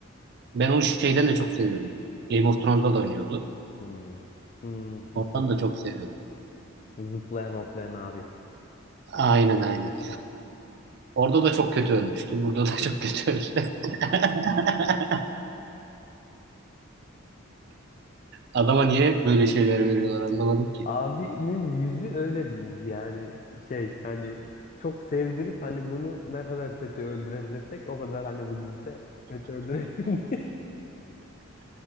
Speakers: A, on the right (about 50°); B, on the left (about 35°).
A: Ben onu şeyden de çok seviyordum. Game of Thrones'da da oynuyordu.
B: Hmm. Hmm, hı
A: Oradan
B: hı.
A: da çok seviyordum.
B: Zıplayan hoplayan abi.
A: Aynen aynen. Orada da çok kötü ölmüştü. Burada da çok kötü öldü. <laughs> Adama niye hep böyle şeyler veriyorlar anlamadım ki.
B: Abinin yüzü öyle bir yüz yani şey hani çok sevdirip hani bunu ne kadar kötü öldürebilirsek o kadar hani bu dizide kötü öldürelim diye.